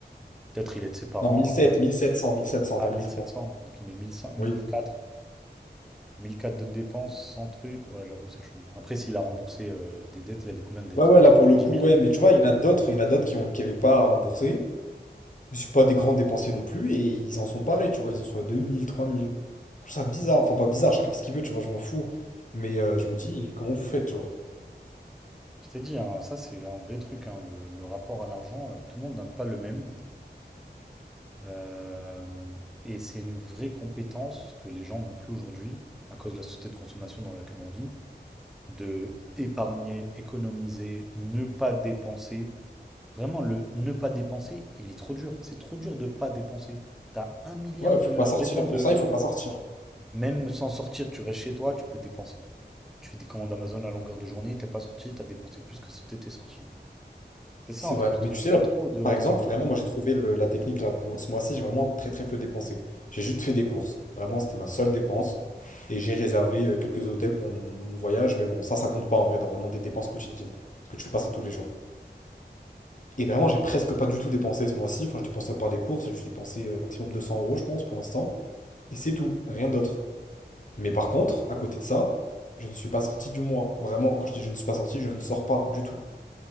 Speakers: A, in the centre; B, on the left.
A: Peut-être il aide ses parents.
B: Non, 1700,
A: euh,
B: 1700, 1700,
A: Ah,
B: pas
A: mille
B: 1300.
A: sept cents Donc il met mille cent, mille
B: Oui.
A: quatre mille quatre de dépenses, 100 trucs. Ouais, j'avoue, c'est chaud. Après, s'il a remboursé euh, des dettes, il avait combien de dettes?
B: Ouais, ouais, là pour le
A: dix
B: coup,
A: mille
B: ouais, mais tu vois, il y en a d'autres, il y en a d'autres qui ont, qui avaient pas à rembourser. Ils sont pas des grands dépensiers non plus et ils en sont parés, tu vois, ils en sont à 2000, 3000. Je trouve ça bizarre, enfin pas bizarre, chacun fait ce qu'il veut, tu vois, je m'en fous. Mais euh, je me dis, comment vous faites, genre?
A: Je t'ai dit, hein, ça, c'est un vrai truc. hein, le, le rapport à l'argent, euh, tout le monde n'a pas le même. Euh, et c'est une vraie compétence que les gens n'ont plus aujourd'hui, à cause de la société de consommation dans laquelle on vit, de épargner, économiser, ne pas dépenser. Vraiment, le ne pas dépenser, il est trop dur. C'est trop dur de pas dépenser. T'as un milliard
B: Ouais,
A: de
B: faut pas sortir.
A: raisons de...
B: Pour ça, il faut pas sortir.
A: Même sans sortir, tu restes chez toi, tu peux dépenser. Tu fais des commandes Amazon à longueur de journée, t'es pas sorti, t'as dépensé plus que si t'étais sorti. C'est ça,
B: C'est
A: en
B: vrai,
A: fait, le truc.
B: mais tu sais,
A: Il
B: là,
A: y a trop de-
B: par
A: d'envie.
B: exemple, vraiment, moi j'ai trouvé le- la technique là, pour ce mois-ci, j'ai vraiment très très peu dépensé. J'ai juste fait des courses. Vraiment, c'était ma seule dépense. Et j'ai réservé euh, quelques hôtels pour mon mon voyage, mais bon, ça, ça compte pas en vrai, dans vraiment des dépenses quotidiennes. Parce que tu fais pas ça tous les jours. Et vraiment, j'ai presque pas du tout dépensé ce mois-ci. Enfin, j'ai dépensé à part des courses, j'ai dû dépenser euh, maximum 200 euros, je pense, pour l'instant. Et c'est tout, rien d'autre. Mais par contre, à côté de ça, je ne suis pas sorti du mois. Vraiment, quand je dis je ne suis pas sorti, je ne sors pas du tout.